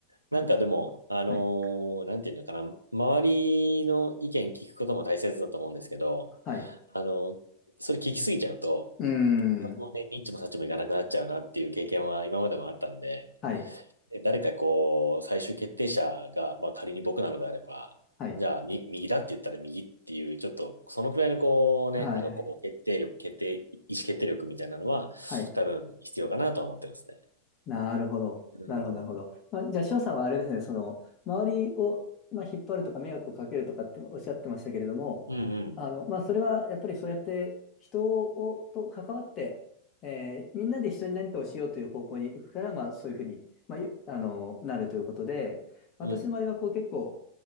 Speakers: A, on the right (about 85°); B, on the left (about 30°).
A: なんかでも、
B: あ、
A: あのーなんていうのかな、
B: はい、
A: 周りの意見聞くことも大切だと思うんですけど、
B: はい。
A: あのそれ聞きすぎちゃうと、
B: うー
A: 結局ね、
B: ん。
A: ニッチもサッチもいかなくなっちゃうなっていう経験は今までもあったんで、
B: はい、
A: で誰かこう、最終決定者が、まあ仮に僕なのであれば、
B: はい、
A: じゃあ、み、右だって言ったら右っていう、ちょっと、そのくらいのこうね、
B: はい、
A: なんかこう、
B: はい、
A: 決定力、決定、意思決定力みたいなのは、
B: はい。
A: 多分必要かなとは思ってますね。
B: なるほど。
A: うん
B: なるほど、なるほど。まあ、じゃあ、翔さんはあれですね、その、周りを、まあ、引っ張るとか、迷惑をかけるとかっておっしゃってましたけれども、
A: うんうん。
B: あの、まあ、それはやっぱりそうやって人を、と関わって、えーみんなで一緒に何かをしようという方向に行くから、まあ、そういうふうに、まあ、ゆあの、なるということで、私の場合は、
A: うんうん。うん。
B: こう、結構、